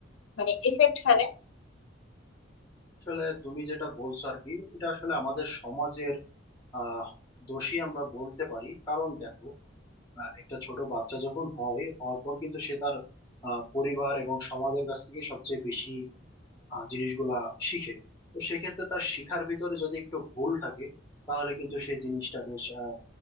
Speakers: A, on the left; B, on the left.
A: মানে এফেক্ট ফেলে
B: আসলে তুমি যেটা বলছো আর কি এটা আসলে আমাদের সমাজের আহ দোষী আমরা বলতে পারি কারণ দেখো আহ, একটা ছোট বাচ্চা যখন হয় হওয়ার পর কিন্তু সে তার আহ, পরিবার এবং সমাজের কাছ থেকে সবচেয়ে বেশি আহ, জিনিসগুলা শিখে তো সেক্ষেত্রে তার শিখার ভিতরে যদি একটু ভুল থাকে তাহলে কিন্তু সেই জিনিসটা বেশ আহ,